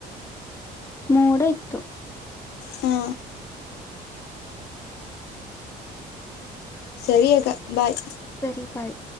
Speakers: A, on the left; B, on the left.
A: ಮೂೋಡ ಇತ್ತು.
B: ಹಾ ಸರಿಯಗ ಬಾಯ್.
A: ಸರಿ ಬಾಯ್.